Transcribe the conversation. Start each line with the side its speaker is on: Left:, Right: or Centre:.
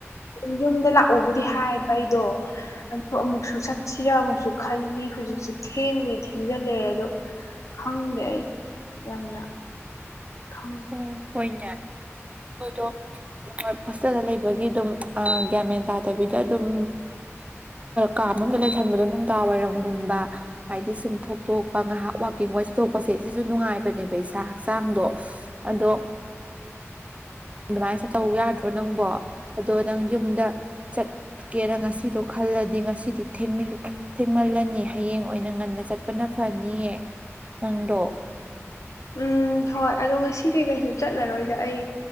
Left: ꯑꯗꯨꯝ ꯌꯨꯝꯗ ꯂꯥꯛꯎꯕꯨꯗꯤ ꯍꯥꯏꯕ ꯑꯩꯗꯣ ꯑ ꯑꯃꯨꯛꯁꯨ ꯆꯠꯁꯤꯔ ꯑꯃꯨꯛꯁꯨ ꯈꯜꯂꯤ ꯑꯩ ꯍꯧꯖꯤꯛꯁꯦ ꯊꯦꯡꯕꯨꯗꯤ ꯊꯦꯡꯖꯤꯜꯂꯛꯑꯦ ꯑꯗꯣ ꯈꯪꯗꯦ ꯑꯩ ꯌꯥꯝꯅ ꯈꯪ
Right: ꯑꯣ ꯍꯣꯏꯅꯦ ꯍꯣꯏꯗꯣ ꯍꯣꯁꯇꯦꯜꯗ ꯂꯩꯕꯒꯤ ꯑꯗꯨꯝ ꯑ ꯒ꯭ꯌꯥꯟꯃꯦꯟ ꯇꯥꯗꯕꯤꯗ ꯑꯗꯨꯝ ꯀꯥ ꯑꯅꯨꯡꯗ ꯂꯩꯁꯟꯕꯗꯣ ꯅꯨꯡꯗꯥꯡ ꯋꯥꯏꯔꯝꯒꯨꯝꯕ ꯍꯥꯏꯗꯤ ꯁꯨꯝ ꯊꯣꯛꯇꯣꯛꯄ ꯉꯥꯏꯍꯥꯛ ꯋꯥꯛꯀꯤꯡ ꯑꯣꯏ ꯊꯣꯠꯊꯣꯛꯄꯁꯦ ꯁꯤꯁꯨ ꯅꯨꯡꯉꯥꯏꯕꯅꯦꯕ ꯏꯁꯥ ꯍꯛꯆꯥꯡꯗꯣ ꯑꯗꯣ ꯑꯗꯨꯃꯥꯏꯅ ꯆꯠꯇꯧ ꯌꯥꯗ꯭ꯔꯣ ꯅꯪꯕꯣ ꯑꯗꯣ ꯅꯪ ꯌꯨꯝꯗ ꯆꯠ ꯀꯦꯔ ꯉꯁꯤꯗꯣ ꯈꯜꯂꯗꯤ ꯉꯁꯤꯗꯤ ꯊꯦꯡꯃꯤꯜ ꯊꯦꯡꯃꯜꯂꯅꯤ ꯍꯌꯦꯡ ꯑꯣꯏꯅ ꯉꯟꯅ ꯆꯠꯄꯅ ꯐꯅꯤꯌꯦ ꯅꯪꯗꯣ
Left: ꯎꯝ ꯍꯣꯏ ꯑꯗꯣ ꯉꯁꯤ ꯀꯩꯀꯩꯁꯨ ꯆꯠꯂꯔꯣꯏꯗ ꯑꯩ